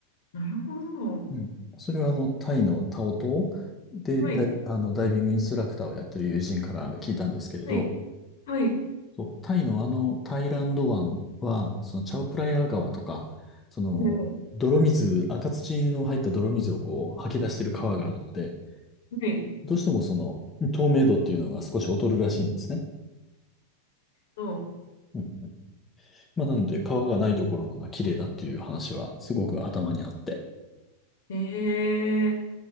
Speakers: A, on the left (about 55°); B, on the left (about 15°).
A: なるほど。
B: うん。それはあの、タイのタオ島で、
A: はい、
B: だい、あの、ダイビングインストラクターをやってる友人から聞いたんですけれど、
A: はい、はい。
B: そう、タイのあの、タイランド湾は、そのチャオプライア川とか、その、
A: ええ
B: 泥水、赤土の入った泥水をこう、吐き出してる川があるので、
A: はい。
B: どうしてもその透明度っていうのが少し劣るらしいんですね。
A: そう。
B: うんうん。まあ、なので、川がないところのが綺麗だっていう話はすごく頭にあって。
A: ええ